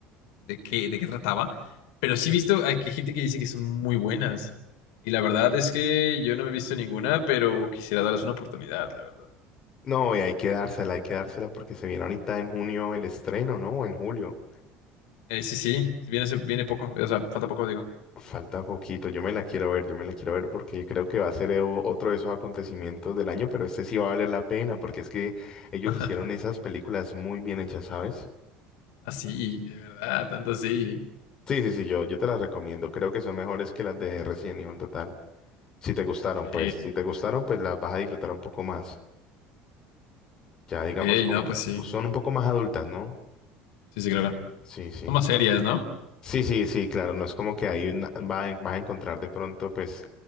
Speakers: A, on the left; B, on the left.
A: de qué, de qué trataba. Pero sí he visto a que gente que dice que son muy buenas. Y la verdad es que yo no me he visto ninguna, pero quisiera darles una oportunidad, la verdad.
B: No, y hay que dársela, hay que dársela porque se viene ahorita en junio el estreno, ¿no? O en julio.
A: Eh, sí, sí, viene, hace- viene poco. O sea, falta poco, digo.
B: Falta poquito. Yo me la quiero ver, yo me la quiero ver porque creo que va a ser eh, o- otro de esos acontecimientos del año, pero este sí va a valer la pena porque es que ellos
A: <laughs>
B: hicieron esas películas muy bien hechas, ¿sabes?
A: Así, de verdad, tanto así.
B: Sí, sí, sí, yo, yo te las recomiendo. Creo que son mejores que las de Resident Evil Total. Si te gustaron,
A: Ok,
B: pues, si te gustaron, pues las vas a disfrutar un poco más. Ya
A: ok,
B: digamos como
A: no, pues sí.
B: son un poco más adultas, ¿no?
A: Sí, sí, claro.
B: Sí, sí.
A: Son más serias, ¿no?
B: Sí, sí, sí, claro. No es como que ahí na- va a- vas a encontrar de pronto, pues,